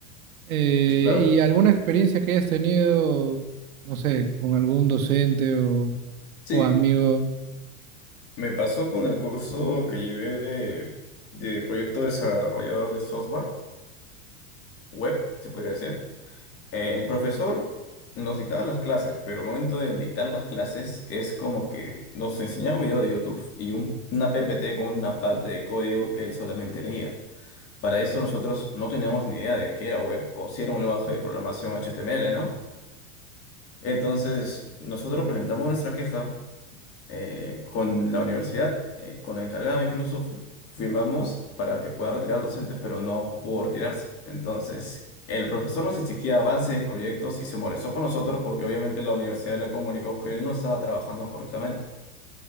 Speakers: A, on the right; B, on the left.
A: Eh,
B: Esa es la verdad.
A: ¿y alguna experiencia que hayas tenido, no sé, con algún docente o,
B: Sí,
A: o amigo?
B: me pasó con el curso que llevé de, de proyecto desarrollador de software, web, se podría decir. Eh, El profesor nos dictaba las clases, pero al momento de dictar las clases es como que nos enseñaba un video de YouTube y un- una PPT con una parte de código que él solamente leía. Para eso nosotros no teníamos ni idea de qué era web o si era un lenguaje de programación HTML, ¿no? Entonces, nosotros presentamos nuestra queja eh, con la universidad, eh, con el encargado incluso fi- firmamos para que pueda retirar al docente, pero no pudo retirarse. Entonces, el profesor nos exigía avances de proyectos y se molestó con nosotros porque obviamente la universidad le comunicó que él no estaba trabajando correctamente.